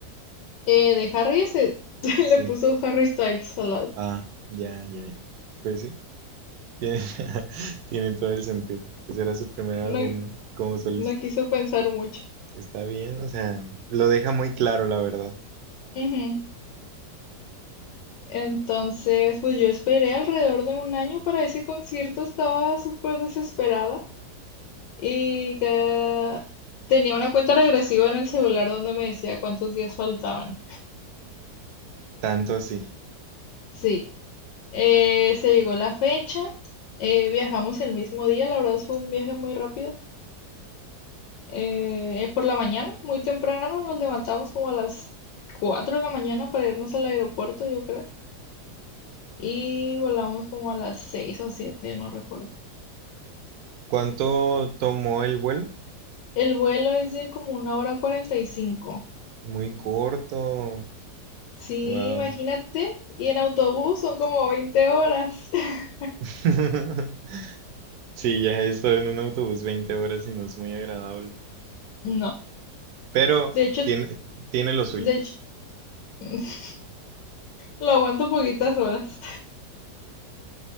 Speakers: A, on the left; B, on the right.
A: Eh, de Harry se <laughs>
B: Sí.
A: le puso Harry Styles al lado.
B: Ah, ya, ya, ya. Pues sí, tiene, <laughs> tiene todo el sentido. Pues era su primer álbum,
A: No,
B: ¿no? Como solista.
A: no quiso pensar mucho.
B: Está bien, o sea, lo deja muy claro, la verdad.
A: Ujú. Entonces, pues yo esperé alrededor de un año para ese concierto, estaba súper desesperada y que tenía una cuenta regresiva en el celular donde me decía cuántos días faltaban.
B: Tanto así.
A: Sí, Eh, se llegó la fecha, eh, viajamos el mismo día, la verdad fue un viaje muy rápido. Eh, por la mañana, muy temprano, nos levantamos como a las 4 de la mañana para irnos al aeropuerto, yo creo, y volamos como a las 6 o siete no recuerdo.
B: ¿Cuánto tomó el vuelo?
A: El vuelo es de como una hora cuarenta y cinco
B: Muy corto.
A: Sí,
B: Wow.
A: imagínate, y en autobús son como 20 horas. <laughs>
B: <laughs> Sí, ya he estado en un autobús 20 horas y no es muy agradable,
A: No,
B: pero
A: de hecho,
B: tiene, tiene lo suyo.
A: de hecho, <laughs> lo aguanto poquitas horas.